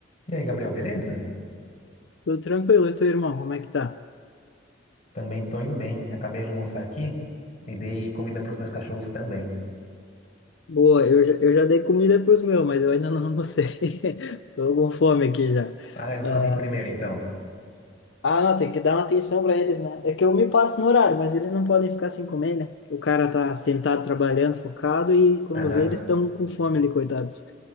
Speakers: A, on the left; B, on the left.
A: E aí, Gabriel, beleza?
B: Tudo tranquilo, e teu irmão, como é que tá?
A: Também tô indo bem. Acabei de almoçar aqui e dei comida pros meus cachorros também.
B: Boa, eu já, eu já dei comida para os meus, mas eu ainda não almocei. <laughs> Tô com fome aqui já.
A: Ah, eles
B: Ah,
A: comem primeiro, então.
B: ah, não, tem que dar uma atenção para eles, né? É que eu me passo no horário, mas eles não podem ficar sem comer, né? O cara tá sentado trabalhando, focado, e quando
A: Aham,
B: vê, eles estão com fome ali, coitados.